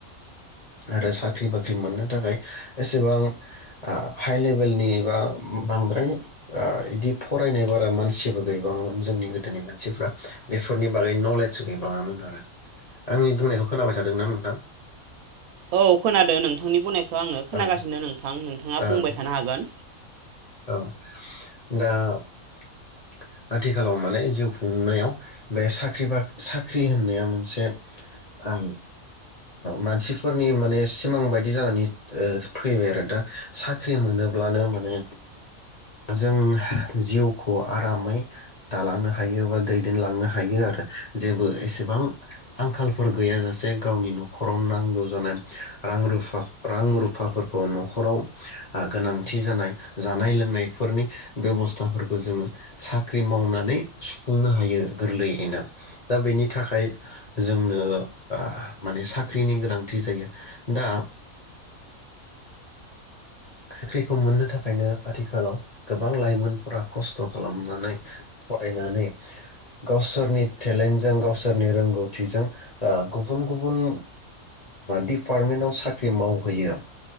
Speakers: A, on the left; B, on the right.
A: आरो साख्रि बाख्रि मोननो थाखाय एसेबां हाइ लेबेलनि एबा बांद्राय इदि फरायनाय बारा मानसिबो गैबाङामोन जोंनि गोदोनि मानसिफ्रा बेफोरनि बागै नलेज गैबाङामोन आरो, आंनि बुंनायखौ खोनाबाय थादोंना नोंथां?
B: औ खोनादों नोंथांनि बुंनायखौ आङो खोनागासिनो
A: ओं
B: नोंथां नोंथाङा
A: ओं
B: बुंबाय थानो हागोन।
A: औ दा आथिखालाव माने जिउ खुंनायाव बे साख्रि बाख्रि साख्रि होननाया मोनसेल ओम मानसिफोरनि माने सिमां बायदि जानानै फैबाय आरो दा साख्रि मोनोब्लानो माने जों जिउखौ आरामै दालांनो हायो बा दैदेनलांनो हायो आरो जेबो एसेबां आंखालफोर गैयाजासे गावनि नखराव नांगौ जानाय रां रुफा रां रुफाफोरखौ नखराव गोनांथि जानाय जानाय लोंनायफोरनि बेबस था फोरखौ जोङो साख्रि मावनानै सुफुंनो हायो गोरलैयैनो दा बेनि थाखाय जोंनो माने साख्रिनि गोनांथि जायो, दा साख्रिखौ मोननो थाखायनो आथिखालाव गोबां लाइमोन खस्थ खालामनानै फरायनानै गावसोरनि टेलेन्टजों गावसोरनि रोंगौथिजों गुबुन गुबुन डिपार्टमेन्टाव साख्रि मावहैयो